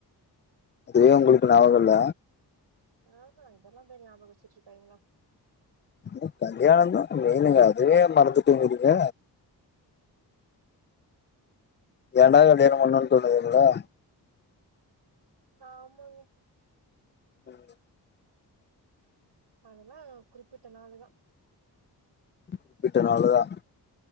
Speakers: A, on the left; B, on the right.
A: அதுவே ஒங்களுக்கு நாபகோ இல்ல
B: ஆஹ இதல்லா போய் நாபகோ வச்சுட்ருப்பாய்ங்களா
A: என்ன கல்யாணந்தா மெயினுங்க அதுவே மறந்துட்டேங்கிறீங்க ஏன்டா கல்யாணோ பண்ணோன் தோணுதுங்களா
B: ஆமங்க
A: ம்
B: அதல்லா குறிப்பிட்ட நாளு தா
A: குறிப்பிட்ட நாளுதா